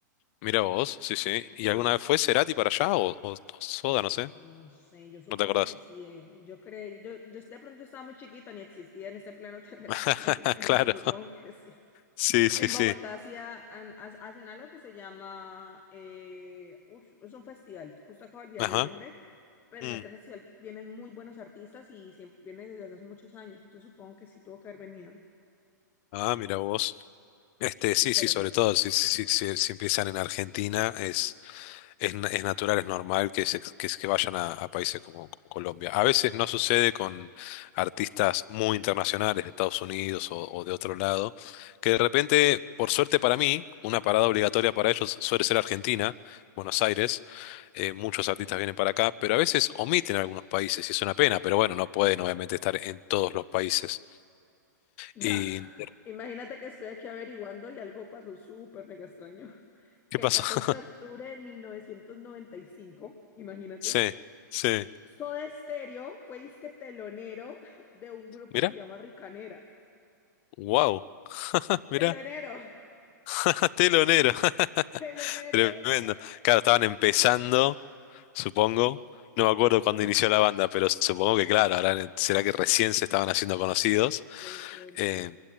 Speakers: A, on the left; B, on the left.
A: Mira vos, sí, sí. ¿Y
B: Sí,
A: alguna vez fue Cerati para allá o, o- o Soda, no sé?
B: no sé, yo supongo
A: ¿No te acordás?
B: que sí. eh. Yo creo, yo, yo de pronto estaba muy chiquita, ni existía en este plano terrestre,
A: <laughs>
B: <laughs> pero
A: Claro.
B: yo supongo que sí.
A: Sí, sí,
B: En
A: sí.
B: Bogotá hacía han- ha- hacen algo que se llama, eh, ush, es un festival, justo acabo de olvidar
A: Ajá.
B: el nombre, pero
A: Mm.
B: en este festival vienen muy buenos artistas y siem- vienen desde hace muchos años, entonces supongo que sí tuvo que haber venido,
A: Ah, mira vos. Este, sí,
B: pero
A: sí, sobre
B: me encanta.
A: todo, si, si, si, si empiezan en Argentina, es, na- es natural, es normal que, se- que, que vayan a, a países como, como Colombia. A veces no sucede con artistas muy internacionales de Estados Unidos o, o de otro lado, que de repente, por suerte para mí, una parada obligatoria para ellos suele ser Argentina, Buenos Aires. Eh, muchos artistas vienen para acá, pero a veces omiten algunos países y es una pena, pero bueno, no pueden obviamente estar en todos los países.
B: <laughs>
A: ¿Y
B: Imagínate que estoy aquí averiguando y algo pasó súper mega extraño, <laughs>
A: qué
B: que
A: pasó?
B: el 14
A: <laughs>
B: de octubre de 1995, imagínate,
A: Sí, sí.
B: Soda Stereo fue disque telonero <laughs> de un grupo
A: Mira,
B: que llama Ricanera.
A: wow, mira,
B: Telonero.
A: <laughs> telonero. <laughs>
B: telonero,
A: Tremendo.
B: o sea,
A: Claro, estaban empezando, supongo. No me
B: de
A: acuerdo
B: pronto,
A: cuándo inició la banda, pero supongo que, claro, ahora será que recién se estaban haciendo conocidos.
B: de pronto.
A: Eh,